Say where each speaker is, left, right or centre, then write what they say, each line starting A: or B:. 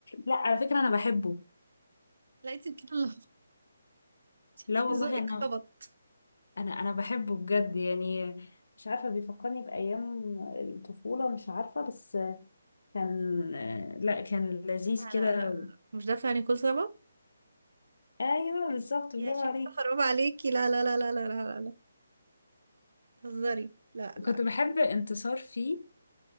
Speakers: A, on the left; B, on the right.
A: لا على فكره انا بحبه
B: لا انت كده <laughs>
A: لا والله
B: ذوقك
A: انا
B: خبط
A: انا انا بحبه بجد يعني مش عارفه بيفكرني بايام الطفوله مش عارفه بس كان لا كان لذيذ
B: لا
A: كده
B: لا لا مش دافع عن كل سبب
A: ايوه بالظبط برافو
B: يا شيخة
A: عليك
B: حرام عليكي لا لا لا لا لا لا لا لا تهزري لا لا
A: كنت بحب انتصار فيه